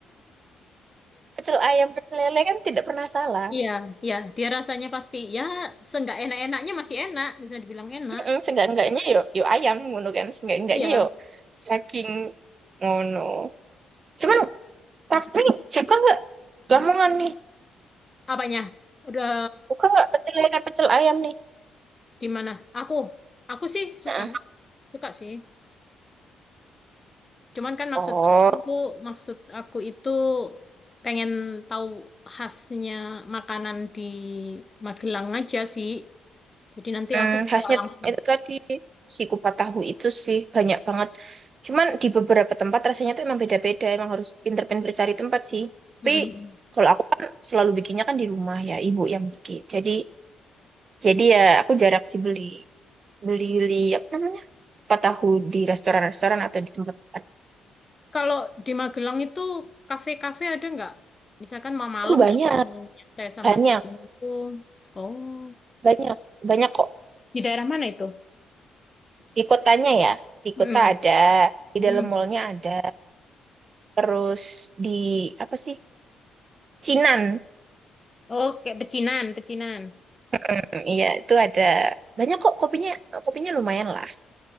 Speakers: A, on the right (about 45°); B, on the left (about 25°).
A: Pecel ayam, pecel lele kan tidak pernah salah.
B: Iya, iya, dia rasanya pasti ya seenggak enak-enaknya masih enak, bisa dibilang enak.
A: mm seenggak-enggaknya yo yo ayam ngono kan. Seenggak-enggaknya
B: Iya,
A: yo daging ngono. Cuman tapi suka nggak Lamongan nih.
B: apanya? Udah
A: buka nggak pecel lele, pecel ayam nih.
B: di mana? Aku, aku sih suka,
A: Heeh.
B: suka sih. Cuman kan maksud
A: Oh,
B: aku, maksud aku itu pengen tahu khasnya makanan di Magelang aja sih. Jadi nanti
A: hmm,
B: aku bisa
A: khasnya
B: langsung.
A: tuh itu tadi si kupat tahu itu sih banyak banget. Cuman di beberapa tempat rasanya tuh emang beda-beda. Emang harus pinter-pinter cari tempat sih. Tapi
B: Mm-mm.
A: kalau aku kan selalu bikinnya kan di rumah ya, ibu yang bikin. Jadi jadi ya aku jarang sih beli beli beli apa namanya kupat tahu di restoran-restoran atau di tempat-tempat.
B: Kalau di Magelang itu kafe-kafe ada nggak? Misalkan mau malam
A: Itu banyak
B: kalau aku mau nyantai sama
A: banyak
B: temanku. Oh,
A: banyak banyak kok
B: di daerah mana itu?
A: di kotanya ya di
B: Mm-mm.
A: kota ada di
B: mm
A: dalam mallnya ada terus di apa sih Cinan
B: Oke, pecinan, pecinan.
A: Hmm, iya itu ada banyak kok kopinya kopinya lumayan lah